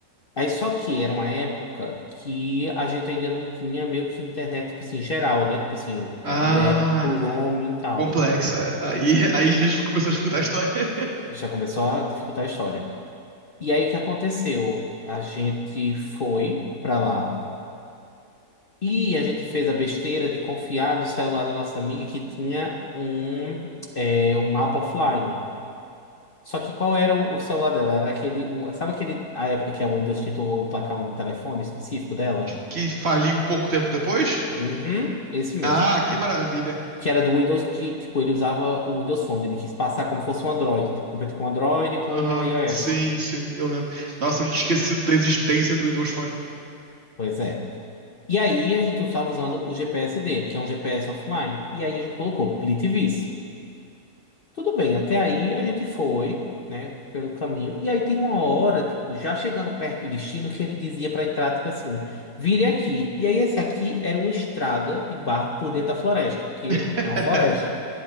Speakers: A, on the left; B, on the right.
A: Aí só que era uma época que a gente ainda não tinha meio que internet, tipo assim, geral, né? Tipo assim, eh,
B: Ah,
A: ainda é por roaming e tal.
B: complexa. Aí, aí a gente começou a escutar a história <laughs>
A: Já começou a dificultar a história. E aí o que aconteceu? A gente foi pra lá e a gente fez a besteira de confiar no celular da nossa amiga que tinha um, eh, um mapa offline. Só que qual era o, o celular dela? Era aquele. o- sabe aquele, a época que a Windows tentou emplacar um telefone específico dela?
B: que faliu pouco tempo depois.
A: Uhum, esse mesmo.
B: Ah, que maravilha.
A: que era do Windows, que, tipo, ele usava o Windows Phone, ele quis passar como fosse um Android, tipo, competir com o Android e
B: Aham,
A: com o iOS.
B: Sim, sim, eu lembro. Nossa, eu tinha esquecido da existência do Windows Phone.
A: Pois é. E aí a gente estava usando o GPS dele, que é um GPS offline, e aí a gente colocou Plitvice. Tudo bem, até aí a gente foi, né, pelo caminho, e aí tem uma hora, tipo, já chegando perto do destino, que ele dizia para entrar, tipo assim, vire aqui. E aí esse aqui era uma estrada de barro por dentro da floresta, porque
B: <laughs>
A: é uma floresta.